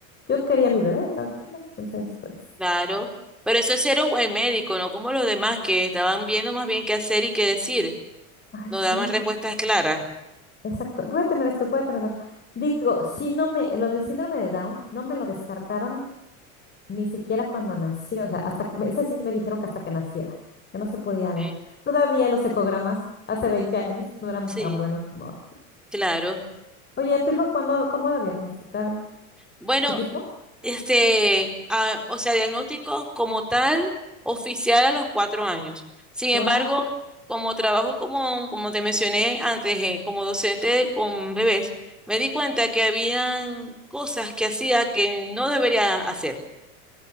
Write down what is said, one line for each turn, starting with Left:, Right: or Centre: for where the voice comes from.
Left: Yo quería a mi bebé de todas formas, entonces pues,
Centre: Claro. Pero eso sí era un buen médico, no como los demás que estaban viendo más bien qué hacer y qué decir.
Left: ay,
Centre: No
Left: sí.
Centre: daban respuestas claras.
Left: Exacto, voy a tener esto, voy a tener lo otro. Digo, si no me, lo del síndrome de Down, no me lo descartaron ni siquiera cuando nací, o sea, hasta, me- ese sí me dijeron que hasta que naciera, que no se podía ver.
Centre: Sí.
Left: Todavía los ecogramas hace 20 años pues, no eran
Centre: Sí,
Left: tan buenos como ahora.
Centre: claro.
Left: Oye, ¿tu hijo cuándo, cómo lo diagnosticaron?
Centre: Bueno,
Left: ¿Chiquito?
Centre: este, ah, o sea, diagnóstico como tal, oficial a los cuatro años. Sin
Left: Wow.
Centre: embargo, como trabajo, como, como te mencioné antes, eh, como docente con bebés, me di cuenta que habían cosas que hacía que no debería hacer.